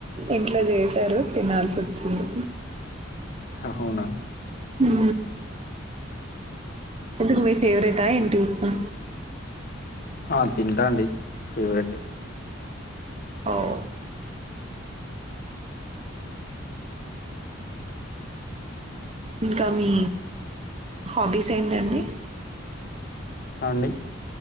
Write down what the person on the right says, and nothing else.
ఇంట్లో చేశారు తినాల్సి వోచ్చింది
హు ఎందుకు మీ ఫేవరెటా ఏంటి ఉప్మా
అ ఓ ఇంకా మీ హాబీస్ ఏంటండి